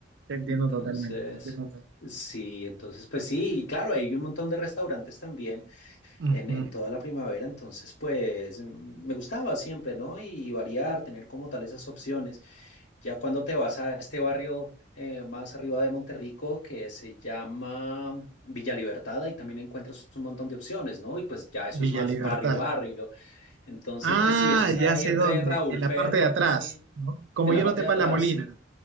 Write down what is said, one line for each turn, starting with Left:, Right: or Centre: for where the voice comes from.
Right: Te entiendo
Left: Entonces...
Right: totalmente, te entiendo
Left: Sí, entonces pues sí, y claro, hay un montón de restaurantes también
Right: totalmente.
Left: en,
Right: Ujú.
Left: en toda la primavera, entonces pues mm, me gustaba siempre, ¿no? Y variar, tener como tal esas opciones. Ya cuando te vas a este barrio eh, más arriba de Monterrico que se llama Villa Libertad, ahí también encuentras un montón de opciones, ¿no? Y pues ya eso
Right: Villa
Left: es más
Right: Libertad.
Left: barrio, barrio. Entonces,
Right: Ah,
Left: eh, sí, eso está
Right: ya
Left: ahí
Right: sé
Left: entre
Right: dónde,
Left: Raúl
Right: en
Left: Ferro,
Right: la parte de atrás,
Left: casi
Right: ¿no? Como
Left: en
Right: yo
Left: la parte
Right: no tepa
Left: de atrás,
Right: la Molina,
Left: sí.